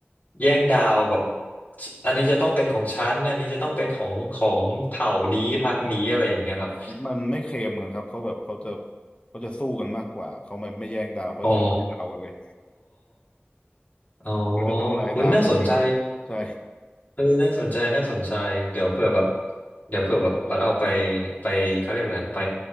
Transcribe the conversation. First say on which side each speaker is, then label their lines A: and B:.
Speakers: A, on the left (about 40°); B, on the left (about 25°).
A: แย่งดาวแบบอันนี้จะต้องเป็นของฉันอันนี้จะต้องเป็นของของเผ่านี้พรรคนี้อะไรอย่างเงี้ยครับ
B: มันไม่เคลมกันครับเขาแบบเขาจะเขาจะสู้กันมากกว่าเขาไม่ไม่แย่งดาวเขาจะทำลายดาวกันเลย
A: อ๋ออ๋อ
B: เขาจะทำลายดาวกันทิ้ง
A: อุ้ยน่าสนใจ
B: ใช่
A: เออน่าสนใจ น่าสนใจ เดี๋ยวเผื่อแบบเดี๋ยวเผื่อแบบเอาไปไปเขาเรียกอะไรไป